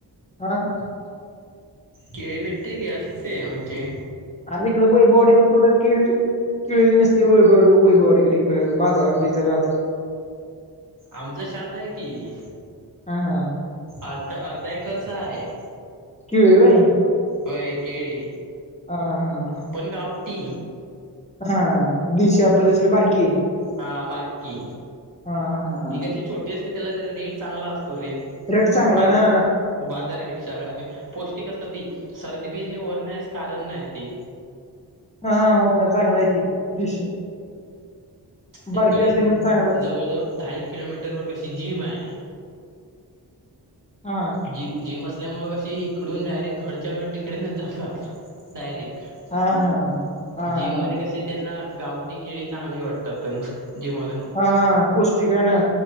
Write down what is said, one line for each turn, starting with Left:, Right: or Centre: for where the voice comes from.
Left: <inaudible>
Right: केळी भेटते का अस असते म्हणजे?
Left: आज इकडे वैभववाडी कुठे ते केळी नसते वैभववाडी वैभव बाजारात बिजारात.
Right: आमचं छात आहे की.
Left: हा हा
Right: अर्ध अर्धा एकरचा आहे.
Left: केळी व्हा.
Right: होय केळी.
Left: ह हा
Right: पण गावटी
Left: हा दिशी आपल दिसल बारकी
Right: हा बारकी
Left: हा हा हा
Right: ती कशी छोटी असली त्याला तर रेट चांगला असतो रे
Left: रेट चांगला
Right: बाद्र
Left: हा
Right: बाजारापेक्षा पौष्टिक असत ती सर्दी बिने रण्यास कारण नाही ती
Left: हा होत ना चांगलायती दिशी बारकी
Right: एककडे
Left: असली म्हणजे चांगलं
Right: जवळ जवळ दहा एक किलोमीटरवरर कशी जिम आहे
Left: हा
Right: जि जिम असल्यामुळे कशी इकडून डायरेक्ट घरच्या घर तिकडेनच जातात डायरेक्ट
Left: हा हा हा हा
Right: जिम मध्ये कसे त्यांना गावटी केळी चांगली वाटतात त्यांना जी मला
Left: हा हा पौष्टिक आहे ना